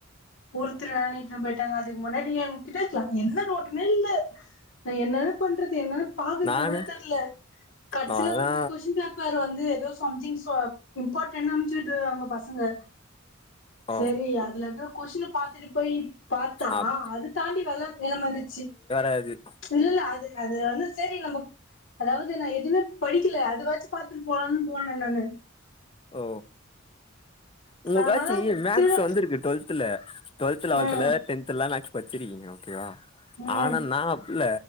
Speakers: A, on the left; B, on the left.
A: ஊர் திருவிழான்னு இட்டுன்னு போயிட்டாங்க இதுக்கு முன்னாடி நீ கிட்ட இருக்கலா என்ன ஒ ஓட்டுமே நில்லு இல்ல என்னதா பண்றது என்னன்ன பாக்குறது
B: நானு
A: கூட தெர்ல கடைசியில
B: நாலா
A: வந்து கொஸ்டின் பேப்பர் வந்து ஏதோ சம்திங் சோ இம்பார்டன் அமச்சி விட்டாங்க பசங்க
B: ஓ
A: செரி அதுல தா பாத்துட்டு போயி் பாத்தா
B: அப்
A: அது தாண்டி வெல்லம் வேற வந்துச்சு
B: அது
A: இல்ல இல்ல அது அது வந்து சேரி நம்ம அதாவது நா எதுவுமே படிக்கல அது வாச்சு பாத்துட்டு போலான்னு போனே நானு
B: ஒ உங்க
A: ஆனாலு
B: காட்சி மேக்ஸ்
A: திருழப்
B: வந்துருக்கு டுவெல் த்துல டுவல்த்துல
A: ம்
B: <unintelligible> டென்த்லாம் மேக்ஸ் வச்சிருக்கீங்க ஓகேவா ஆனா
A: ம்
B: நான் அப்பல்ல